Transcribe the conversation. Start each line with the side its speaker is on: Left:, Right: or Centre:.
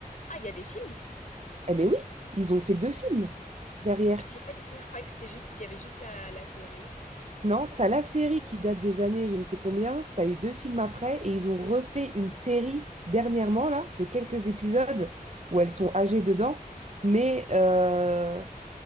Left: Ah, il y a des films?
Right: Eh ben oui, ils ont fait deux films derrière.
Left: Je savais pas du tout. Je croyais que c'était juste, il y avait juste la, la série.
Right: Non, t'as la série qui date des années je ne sais combien, t'as eu deux films après, et ils ont refait une série dernièrement, là, de quelques épisodes où elles sont âgées dedans. Mais euh,